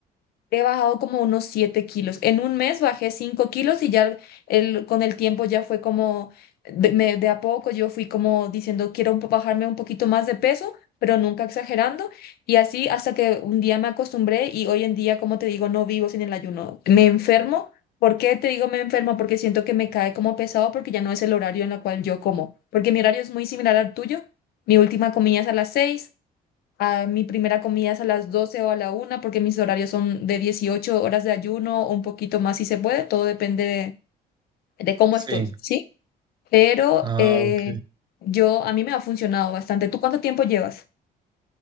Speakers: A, on the left (about 65°); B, on the right (about 25°).
A: He bajado como unos 7 kilos. En un mes bajé 5 kilos y ya el, con el tiempo ya fue como, de, me- de a poco yo fui como diciendo, quiero un po- bajarme un poquito más de peso, pero nunca exagerando. Y así hasta que un día me acostumbré y hoy en día, como te digo, no vivo sin el ayuno. Me enfermo. ¿Por qué te digo me enfermo? Porque siento que me cae como pesado porque ya no es el horario en el cual yo como. Porque mi horario es muy similar al tuyo. Mi última comida es a las seis a mi primera comida es a las 12 o a la una porque mis horarios son de 18 horas de ayuno o un poquito más si se puede, todo depende de, de cómo
B: sí.
A: estoy, ¿sí? Pero
B: Ah,
A: eh,
B: ok.
A: yo, a mí me ha funcionado bastante. ¿Tú cuánto tiempo llevas?